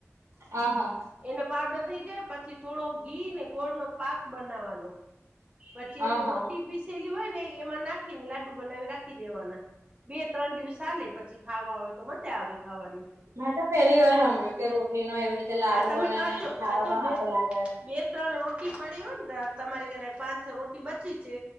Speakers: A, on the right; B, on the right.
A: હા હા.
B: એનો પાવડર થઈ જાય પછી થોડો ઘીને ગોળ નો પાક બનાવવાનો. પછી
A: આ
B: એલી
A: હા
B: રોટી પીસેલી હોય ને એમાં નાખીને લાડુ બનાવી રાખી દેવાના. બે ત્રણ દિવસ ચાલે પછી ખાવા હોય તો મજા આવે ખાવાની.
A: મેં તો પહેલી વાર સાંભળ્યું કે રોટલી નો એવી રીતે. લાડુ
B: હા તમે
A: બને
B: કરજો
A: ને ખાવામાં
B: આ જો
A: સારો
B: બે
A: લાગે
B: બે ત્રણ રોટલી પડી હોય ને તમારે પાંચ છ રોટી બચી છે